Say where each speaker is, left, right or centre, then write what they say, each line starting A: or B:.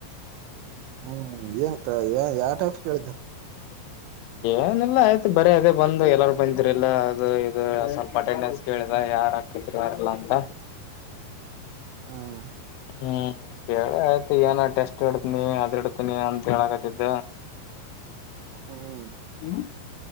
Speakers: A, on the right; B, on the left.
A: ಹ್ಮ್ ಏನ್ ಯಾವ ಟೈಪ್ ಕೇಳಿದ್ದ
B: ಸ <unintelligible> ಏನೆಲ್ಲ ಆಯ್ತು ಬರೀ ಅದೇ ಬಂದು ಎಲ್ಲಾರು ಬಂದ್ರ ಇಲ್ಲ ಅದು ಇದು ಸ್ವಲ್ಪ ಅಟೆಂಡನ್ಸ್ ಕೇಳಿಲ್ಲ ಯಾರ ಹಾಕತ್ರಿ ಯಾರೆಲ್ಲ ಅಂತ
A: ಹ್ಮ್
B: ಹ್ಮ್ ಕೇಳ ಆಯ್ತು ಏನ ಟೆಸ್ಟ್ ಇಡ್ತನಿ ಅದ್ ಇಡತನಿ ಅಂತ ಹೇಳಕತಿದ್ದ
A: ಹ್ಮ್
B: ಹ್ಮ್